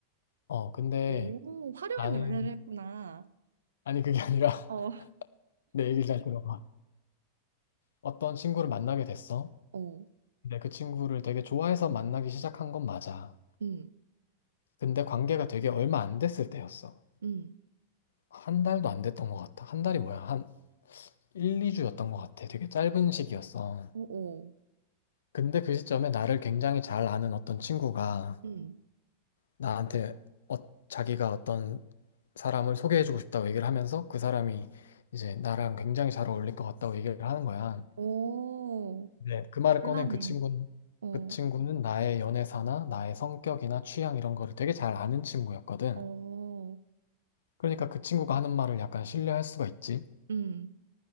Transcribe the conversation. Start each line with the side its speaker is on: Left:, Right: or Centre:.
Left: 어 근데
Right: 오 화려한
Left: 나는
Right: 연애를 했구나.
Left: 아니 그게 아니라 <laughs>
Right: 어,
Left: 내 얘기를 잘 들어봐. 어떤 친구를 만나게 됐어.
Right: 응,
Left: 근데 그 친구를 되게 좋아해서 만나기 시작한 건 맞아.
Right: 응.
Left: 근데 관계가 되게 얼마 안 됐을 때였어.
Right: 어. 음. 음.
Left: 한 달도 안 됐던 것 같아. 한 달이 뭐야? 한 1, 2주였던 것 같아. 되게 짧은 시기였어.
Right: 오오.
Left: 근데 그 시점에 나를 굉장히 잘 아는 어떤 친구가
Right: 음.
Left: 나한테 어, 자기가 어떤 사람을 소개해주고 싶다고 얘기를 하면서 그 사람이 이제 나랑 굉장히 잘 어울릴 것 같다고 얘기를 하는 거야.
Right: 오.
Left: 네. 그 말을
Right: 곤란해.
Left: 꺼낸 그 친구는
Right: 어.
Left: 그 친구는 나의 연애사나 나의 성격이나 취향 이런 거를 되게 잘 아는 친구였거든.
Right: 어.
Left: 그러니까 그 친구가 하는 말을 약간 신뢰할 수가 있지.
Right: 음.